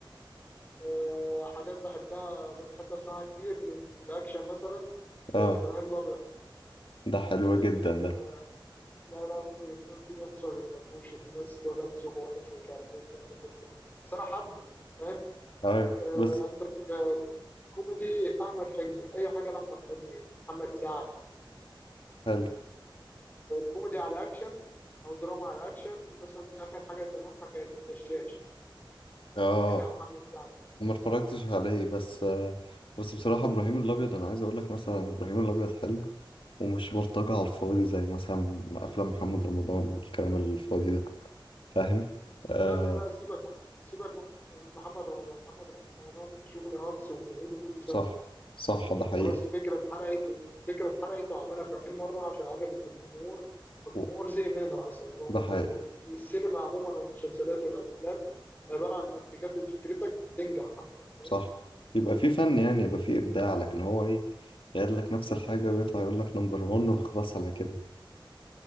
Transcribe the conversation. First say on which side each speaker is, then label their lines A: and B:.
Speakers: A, on the left; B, on the left.
A: آه، حاجات بحبها بحب اسمعها كتير في الاكشن مثلا
B: اه
A: آه، ابراهيم الابيض
B: ده حلو
A: يمكن
B: جدا
A: تكون
B: ده
A: آه، لا لا ممكن يكون في ناس ما بتحبوش وفي ناس تقول لك ذوقه وحش ومش عارف ايه والكلام ده كله بس انا حابه فاهم
B: ايوه
A: آه،
B: بس
A: عندك آه، كوميدي احمد حلمي اي حاجه لاحمد حلمي محمد سعد
B: حلو
A: كوميدي على اكشن او دراما على اكشن مثلا اخر حاجه سامعها كانت الدشاش
B: اه
A: بتاع محمد سعد
B: ما
A: تسمع
B: اتفرجتش
A: عنه
B: عليه بس آه، بس بصراحه ابراهيم الابيض انا عايز اقول لك مثلا ابراهيم الابيض حلو ومش بلطجه على الفاضي زي مثلا افلام محمد رمضان والكلام الفاضي ده فاهم آه
A: لا لا لا سيبك مح- سيبك من محمد رمضان محمد رمضان شغل هاكس وبيعيده كل سنه
B: صح صح
A: فاهم؟
B: ده حقيقي
A: خلاص فكره اتحرقت و- فكره اتحرقت وعملها 50 مره عشان عجبت الجمهور الجمهور
B: و-
A: زهق منها اصلا
B: ده حقيقي
A: والسينما عموما والمسلسلات والافلام عباره عن انك تجدد فكرتك هتنجح اكتر فاهم؟
B: صح يبقى في فن يعني يبقى في إبداع لكن هو إيه يعد لك نفس الحاجة ويطلع يقول لك نمبر 1 وخلاص على كده